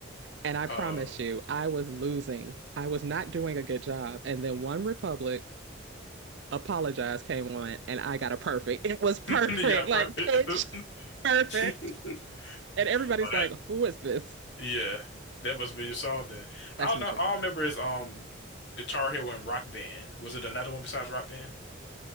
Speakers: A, on the right (about 65°); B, on the left (about 65°).
A: And I
B: Oh.
A: promise you, I was losing. I was not
B: <laughs>
A: doing a good job. And then One Republic Apologize came on, and I got a perfect. It was perfect,
B: You got
A: like
B: perfect.
A: <laughs> pitch
B: <laughs>
A: perfect. And everybody's
B: Oh,
A: like,
B: that
A: "Who is this?"
B: yeah. That must be your song then.
A: That's
B: I don't
A: my
B: know.
A: jam.
B: All I remember is um Guitar Hero and Rock Band. Was it another one besides Rock Band?